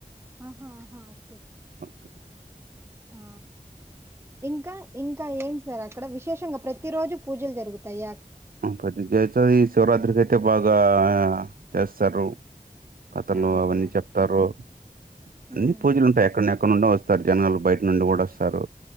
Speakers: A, on the right; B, on the right.
A: ఆహా ఆహా ఓకే
B: <inaudible>
A: ఆ ఇంకా ఇంకా ఏం సార్ అక్కడ విశేషంగా ప్రతిరోజు పూజలు జరుగుతాయ?
B: ప్రతి కే చెయ్ శివ రాత్రికి అయితే బాగా చేస్తారు. కథలు
A: ఆ
B: అవన్నీ
A: ఆ
B: చెప్తారు. అన్ని
A: ఉమ్
B: పూజలు ఉంటాయి అక్కడ్నే. అక్కడ నుండి వస్తారు జనాలు, బయట నుండి కూడా వస్తారు.